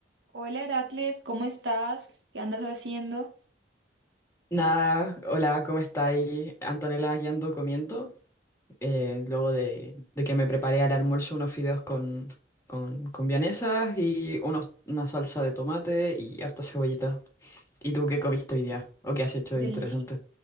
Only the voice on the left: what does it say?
Nada, hola, ¿cómo estáis? Antonella, aquí ando comiendo. eh, luego de, de que me preparé al almuerzo unos fideos con, con, con vienesas y unos, una salsa de tomate y harta cebollita. ¿Y tú
qué comiste hoy día? ¿O qué has hecho
de interesante?